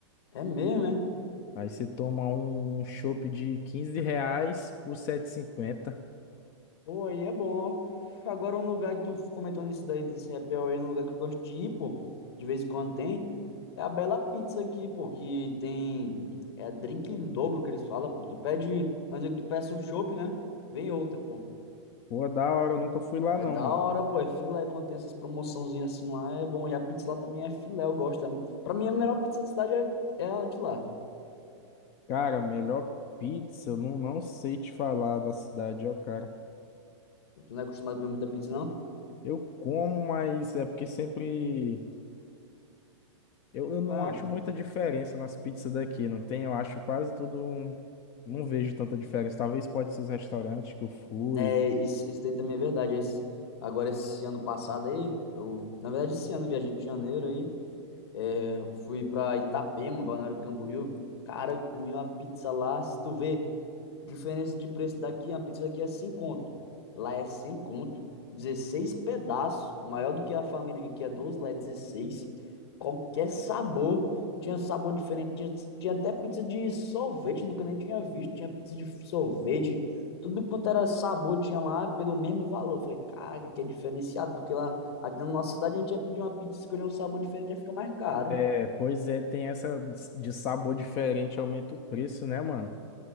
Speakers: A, on the left; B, on the left.
A: É mesmo, é?
B: Aí você toma um chopp de 15 reais por sete e cinquenta
A: Pô, aí é bom, ó. Agora, um lugar que tu comentou nisso daí, desse happy hour aí, um lugar que eu gosto de ir, pô, de vez em quando tem, é a Bela Pizza aqui, pô, que tem, é drink em dobro que eles falam, pô. Tu pede, antes que tu peça um chopp, né? Vem outro, pô.
B: Pô, da hora, eu nunca fui lá
A: É
B: não,
A: da
B: mano.
A: hora, pô, é filé, quando tem essas promoçãozinhas assim lá, é bom. E a pizza lá também é filé, eu gosto. da- Pra mim, a melhor pizza da cidade é, é a de lá.
B: Cara, melhor pizza, eu não, não sei te falar da cidade, ó, cara.
A: Tu não é acostumado a comer muita pizza, não?
B: Eu como, mas é porque sempre. Eu, eu não
A: Ah.
B: acho muita diferença nas pizzas daqui, não tem? Eu acho quase tudo. um- Não vejo tanta diferença. Talvez pode ser os restaurantes que eu fui.
A: É, isso, isso daí também é verdade. Esse- agora, esse ano passado aí, eu, na verdade, esse ano, eu viajei de janeiro aí, é, fui pra Itapema, Balneário Camboriú. Cara, comi uma pizza lá, se tu vê. Diferença de preço daqui, uma pizza daqui é 100 conto. Lá é 100 conto, 16 pedaços, maior do que a família que aqui é 12 lá é dezesseis Qualquer sabor, tinha sabor diferente, tinha, tinha até pizza de sorvete, nunca nem tinha visto, tinha pizza de sorvete, tudo quanto era sabor tinha lá pelo mesmo valor. Eu Falei, caraca, que é diferenciado, porque lá aqui na nossa cidade a gente ia pedir uma pizza e escolher um sabor diferente, ia ficar mais caro.
B: É, pois é, tem essa de sabor diferente, aumenta o preço, né, mano?